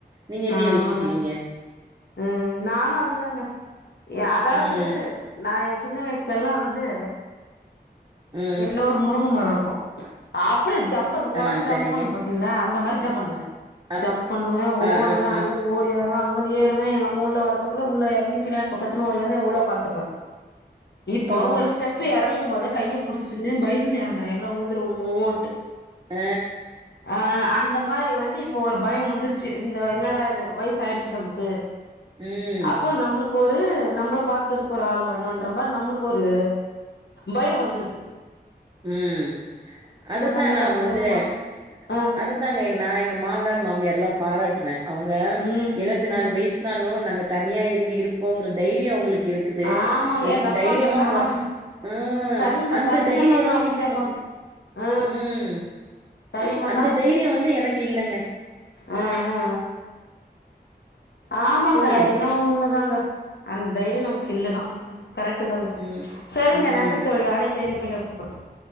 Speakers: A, on the right; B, on the left.
A: நீங்க என்ன
B: ஆமாங்க
A: யோசிக்கிறீங்க
B: ம் நானு அதுதாங்க எ அதாவ்து
A: ம்
B: நா ஏ சின்ன வய்சுல எல்லா வந்து
A: ம்
B: எல்லோர் முருங்கமரோ இருக்கு அப்டியே ஜம்ப் அந்த குரங்கு
A: ஆ
B: ஜம்ப்
A: சரிங்க
B: பண்ணும் பா த்தீங்களா அந்த மாதிரி ஜம்ப் பண்ணுவே
A: அ
B: ஜம்ப் பண்ணுவே ஓடுவே
A: ஆ ஆ
B: அங்க
A: ஆ
B: ஓடி வருவே அங்கந்து ஏறுவே எங்க அம்மா உள்ள வர்றதுக்குள்ள உள்ள எறங்கி பின்னாடி பக்கத்து ஓடி வந்து உள்ள உக்காண்டுட்டுக்குவே இப்ப
A: ஆ
B: ஒரு ஸ்டெப்பு எறங்கும்மோதே கைய புடிச்சுன்னு பயந்துன்னு இறங்கறே எங்கனா உழுந்துருவோமோன்ட்டு
A: அ
B: அ அந்த மாரி வந்து இப்போ ஒரு பய வந்துருச்சு இந்த என்னடா இது வைசு ஆயிடுச் நம்மக்கு
A: ம்
B: அப்போ நம்ப்ளுக் கொரு நம்பள பாத்துக்கற்துக்கு ஒரு ஆள்வேனூன்ற மார் நம்ப்ளுக் ஒரு பயொ வந் துர்து
A: உம் அதுத்தா
B: பண்றது
A: நா
B: அப்டிதாங்க
A: வந்து
B: போது
A: அ
B: ஆ
A: அதுத் ந்தாங்க எங் நா எங்க மாமனார் மாமியார்ல்லாம் பாராட்டுவெ அவுங்க
B: ம்
A: எழுவத்தி நால்
B: ம்
A: வெய்ஸ்னாலு நாங்க தனியா இர்ந்து இருப்போங்ற தைரியொ அவுங்குளுக் இருக்குது
B: ஆமாங்க
A: எங்
B: எங்க அப்பாக்கு
A: தைரியமா
B: ஆம்
A: போற அ
B: தனிம
A: அந்த
B: தனிம
A: தைரியொ
B: தாங்க அவங்க
A: இல்லங்க
B: கேப்பாங்க ஆ
A: ம்
B: தனிம
A: அந்த தெய்ரியொ வந்து எனக் இல்லங்க
B: அ அ அ ஆம்மங்க
A: சொல்லுங்க
B: அது
A: நீங்க
B: என்ன உண்மதாங்க அந்த தைரியொ நம்மக் இல்லதா கரெக்ட்தாங்க
A: ம்
B: சரிங்க
A: ம்
B: நன்றி தோழி அனைத்த இனப்புல குப்பட்ற